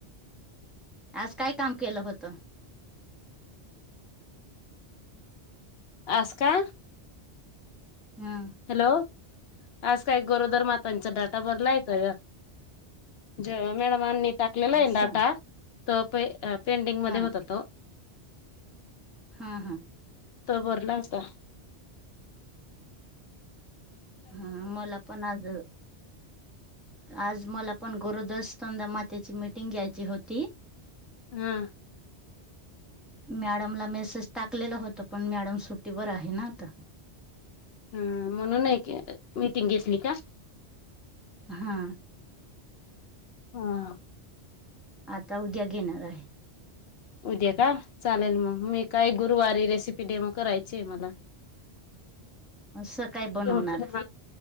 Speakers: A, in the centre; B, on the left (about 65°).
A: आज काय काम केलं होत.
B: आज का.
A: हम.
B: हॅलो आज काही गोरोदर मातांचा डाटा भरलाय तो यक, जे मॅडमानी टाकलेला आहेन
A: असं
B: डाटा तो अ पेंडिंग मध्ये
A: हां
B: होत तो
A: हां हां
B: तो भरला आसता.
A: हा मला पण आज, आज मला पण गोरदसतंदा मातेची मिटिंग घ्यायची होती.
B: हा.
A: मॅडमला मेसेज टाकलेलं होतं पण मॅडम सुट्टीवर आहे ना आता. <inaudible>
B: हम म्हणून नाही के अ मीटिंग घेतली का.
A: हा.
B: हा.
A: आता उद्या घेणार आहे.
B: उद्या का चालेल मग मी काय गुरुवारी रेसिपी डेमो करायचे मला.
A: असं, काय बनवणार.
B: तुमचं